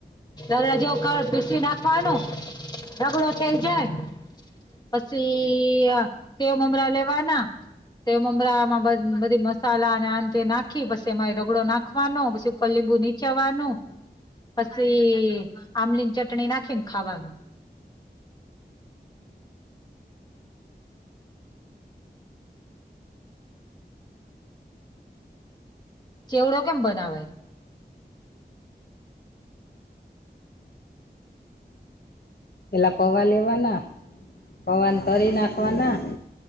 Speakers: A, on the left; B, on the left.
A: રગડા જેવો કડ પીસી નાખવાનું રગડો થઈ જાય પછી સેવ મમરા લેવાના સેવ મમરામાં બ બધી મસાલા અને આ તે નાખી બસ એમાં રગડો નાખ વાનો પછી ઉપર લીબૂ નીચવાનું પછી આમલી ચટણી નાખી ને ખાવાનું ચેવડો કેમ બનાવે
B: પેલા પૌવા લેવાના પૌવા તરી નાખવાના